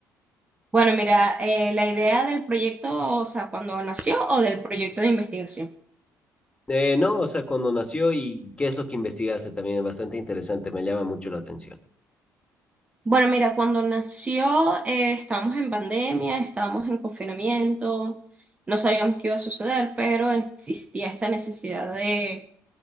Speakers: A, on the right (about 20°); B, on the left (about 15°).
A: Bueno, mira, eh, la idea del proyecto, o sea, cuando nació o del proyecto de investigación.
B: Eh, no, o sea, cuando nació y qué es lo que investigaste también es bastante interesante, me llama mucho la atención.
A: Bueno, mira, cuando nació eh, estábamos en pandemia, estábamos en confinamiento, no sabíamos qué iba a suceder, pero existía esta necesidad de,